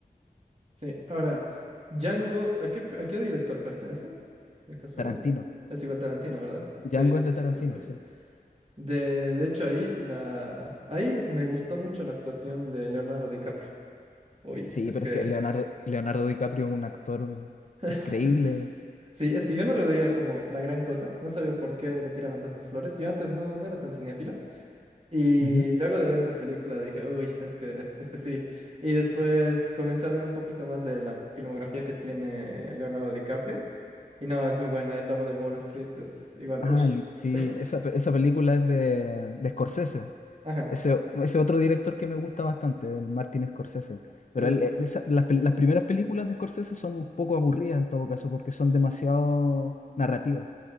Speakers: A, on the right; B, on the left.
A: Sí, ahora, Django, ¿a qué, a qué director pertenece? De casualidad.
B: Tarantino.
A: Es igual Tarantino, ¿verdad?
B: Django
A: Sí, es,
B: es de
A: es
B: Tarantino,
A: otra película.
B: sí.
A: De, de hecho, ahí, la, ahí me gustó mucho la actuación de Leonardo DiCaprio. Uy,
B: Sí,
A: es
B: pero
A: que...
B: es que Leonardo, Leonardo DiCaprio es un actor increíble.
A: <laughs> Sí, es que yo no lo veía como la gran cosa. No sabía por qué le tiraban tantas flores. Yo antes no, no era tan cinéfilo. Y
B: Ujú.
A: luego de ver esa película dije, uy, es que, es que sí. Y después comencé a ver un poquito más de la filmografía que tiene Leonardo DiCaprio. Y no, es muy buena. El Lobo de Wall Street es igual,
B: Ah,
A: uy.
B: l-
A: <laughs>
B: sí, esa, pe- esa película es de, de Scorsese.
A: Ajá.
B: Ese, ese otro director que me gusta bastante, el Martin Scorsese. Pero
A: uh,
B: él, eh, esa- las, pel- las primeras películas de Scorsese son un poco aburridas en todo caso, porque son demasiado narrativas.